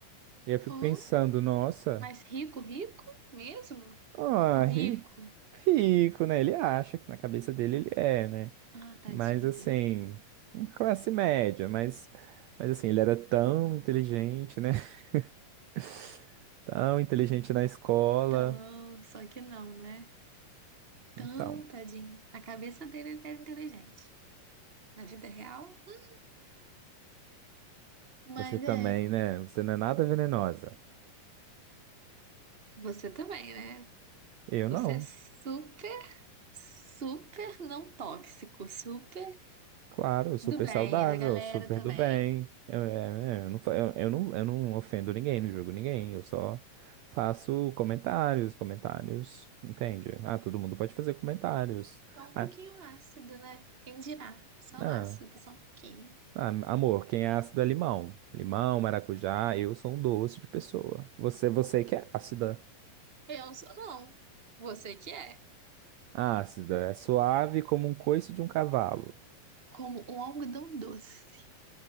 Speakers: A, on the right (about 80°); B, on the right (about 20°).
A: E eu fico
B: Hum?
A: pensando, nossa,
B: Mas rico, rico? Mesmo?
A: ah,
B: O rico?
A: ri- rico, né? Ele acha que na cabeça dele ele é, né?
B: Ah, tadinho
A: Mas assim,
B: dele.
A: classe média, mas, mas assim, ele era tão inteligente, né? <laughs> Tão inteligente na escola.
B: Tão, só que não, né? Tão
A: Então,
B: tadinho. Na cabeça dele ele era inteligente. Na vida real, hum. mas
A: você também,
B: é,
A: né? Você não é nada venenosa.
B: você também, né?
A: Eu
B: Você
A: não.
B: é super, super não tóxico, super
A: Claro, super
B: do bem,
A: saudável,
B: da galera
A: super
B: também.
A: do bem. Eu, é, é, eu não, fa- eu, eu não, eu não ofendo ninguém, não julgo ninguém. Eu só faço comentários, comentários, entende? Ah, todo mundo pode fazer comentários.
B: Só um pouquinho
A: Ah,
B: ácido, né? Quem dirá? Só
A: ah,
B: ácido, só um pouquinho.
A: ah, amor, quem é ácido é limão. Limão, maracujá, eu sou um doce de pessoa. Você, você que é ácida.
B: Eu sou não. Você que é.
A: Ácida, é suave como um coice de um cavalo.
B: Como um algodão doce.